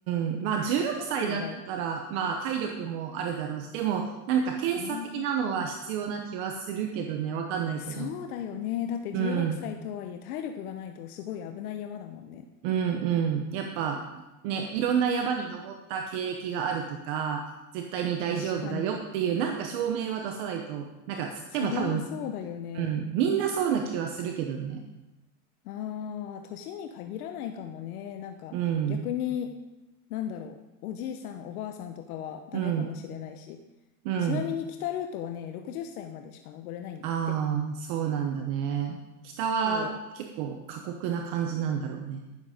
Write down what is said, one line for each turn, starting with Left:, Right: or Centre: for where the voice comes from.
Right: ん。まあ16歳だったら、
Left: <laughs> ちょっと意外。
Right: まあ体力もあるだろうし、でもなんか検査的なのは必要な気はするけどね、
Left: まあ、
Right: わかんないけど。
Left: そうだよね。だって16歳とはいえ体力がないとすごい危ない山だもんね。
Right: うん。うんうん。やっぱね、いろんな山に登った経歴があるとか、絶対に大丈夫だよっていうなんか証明は出さないと、
Left: 確かに。
Right: なんか、
Left: それはそうだよね。
Right: でも多分、うん。みんなそうな気はするけどね。
Left: ああ、年に限らないかもね。なんか逆に、
Right: うん。
Left: なんだろう、おじいさん、おばあさんとかはダメかもしれないし。
Right: うん。うん。
Left: ちなみに北ルートはね、60歳までしか登れないんだって。
Right: ああ、そうなんだね。北は結構過酷な感じなんだろうね。
Left: そう、